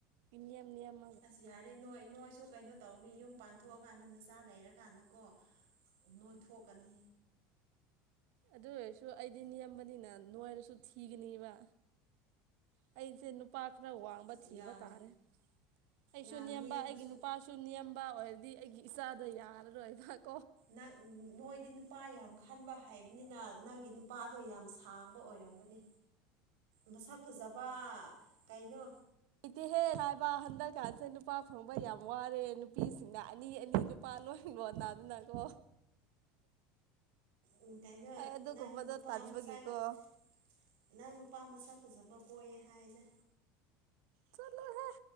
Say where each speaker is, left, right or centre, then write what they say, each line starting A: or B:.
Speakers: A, on the right; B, on the right.
A: ꯏꯅꯤꯌꯝ ꯌꯝ
B: ꯑꯁ ꯌꯥꯔꯦ ꯅꯣꯏ ꯅꯣꯏꯁꯨ ꯀꯩꯅꯣ ꯇꯧꯅꯤ ꯌꯨꯝ ꯄꯥꯟꯊꯣꯛꯑꯀꯥꯟꯗ ꯅꯆꯥ ꯂꯩꯔꯀꯥꯟꯗꯀꯣ ꯅꯣꯏꯊꯣꯛꯀꯥꯅꯤ
A: ꯑꯗꯨ ꯑꯣꯏꯔꯁꯨ ꯑꯩꯗꯤ ꯅꯦꯝꯕꯅꯤꯅ ꯅꯣꯏꯔꯁꯨ ꯊꯤꯒꯅꯤꯕ ꯑꯩꯁꯦ ꯅꯨꯄꯥ ꯈꯔ ꯋꯥꯡꯕ
B: ꯑꯁ
A: ꯊꯤꯕ
B: ꯌꯥꯝ
A: ꯇꯥꯔꯦ ꯑꯩꯁꯨ
B: ꯌꯥꯝ
A: ꯅꯦꯝꯕ
B: ꯅꯦꯝꯕꯁꯨ
A: ꯑꯩꯒꯤ ꯅꯨꯄꯥꯁꯨ ꯅꯤꯌꯥꯝꯕ ꯑꯣꯏꯔꯗꯤ ꯑꯩꯒꯤ ꯏꯆꯥꯗ ꯌꯥꯔꯔꯣꯏꯕꯛ
B: ꯅꯪ ꯃꯣꯏꯗꯤ ꯅꯨꯄꯥ ꯌꯥꯝ ꯈꯟꯕ ꯍꯩꯕꯅꯤꯅ ꯅꯪꯒꯤ ꯅꯨꯄꯥꯗꯣ ꯌꯥꯝ ꯁꯥꯡꯕ ꯑꯣꯏꯔꯝꯒꯅꯤ ꯃꯁꯛ ꯐꯖꯕ ꯀꯩꯅꯣ
A: ꯏꯇꯤꯍꯦꯛ ꯍꯥꯏꯕ ꯍꯟꯗꯛꯀꯥꯟꯁꯗ ꯅꯨꯄꯥ ꯐꯪꯕ ꯌꯥꯝ ꯋꯥꯔꯦ ꯅꯨꯄꯤꯁꯤꯡꯅ ꯑꯅꯤ ꯑꯅꯤ ꯅꯨꯄꯥꯥꯟ ꯂꯣꯏ ꯂꯣꯟꯅ ꯑꯗꯨꯅꯀꯣ
B: ꯎꯝꯩꯅꯣ
A: ꯑꯩ ꯑꯗꯨꯒꯨꯝꯕꯗꯣ
B: ꯅꯪ ꯅꯨꯄꯥ
A: ꯇꯟꯕꯒꯤꯀꯣ
B: ꯃꯁꯥꯒꯤ <unintelligible> ꯅꯪ ꯅꯨꯄꯥ ꯃꯁꯛ ꯐꯖꯕ ꯀꯣꯏꯌꯦ ꯍꯥꯏꯗ
A: ꯆꯠꯂꯣꯍꯦ